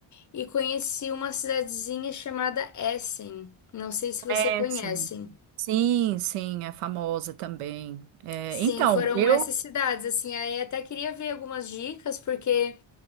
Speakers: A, on the left (about 40°); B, on the right (about 85°).
A: e conheci uma cidadezinha chamada Essen, não sei se você
B: é,
A: conhece.
B: sim. Sim, sim, é famosa também. É,
A: Sim,
B: então,
A: foram
B: eu
A: essas cidades, assim, aí até queria ver algumas dicas, porque